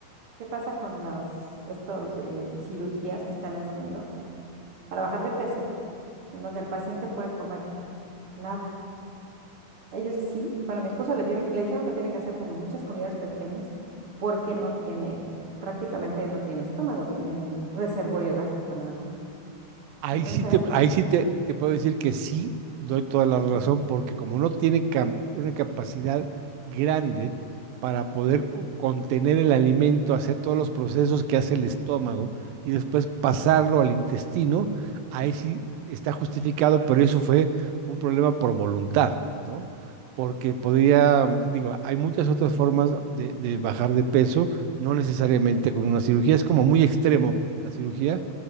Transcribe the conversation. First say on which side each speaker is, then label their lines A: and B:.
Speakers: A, on the right; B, on the right.
A: ¿Qué pasa con las estos eh, cirugías que están haciendo para bajar de peso, en donde el paciente puede comer nada? Ellos sí, bueno, a mi esposo le tienen, le dijeron que tiene que hacer como muchas comidas pequeñas porque no tiene, prácticamente no tiene estómago, tiene un reservorio gástrico nada más.
B: Ahí
A: Entonces,
B: sí te, ahí sí te, te puedo decir que sí, doy toda la razón,
A: Mm.
B: porque como no tiene cam- una capacidad grande para poder contener el alimento, hacer todos los procesos que hace el estómago y después pasarlo al intestino, ahí sí está justificado, pero eso fue un problema por voluntad, ¿no? Porque podría, digo, hay muchas otras formas de, de bajar de peso, no necesariamente con una cirugía, es como muy extremo la cirugía,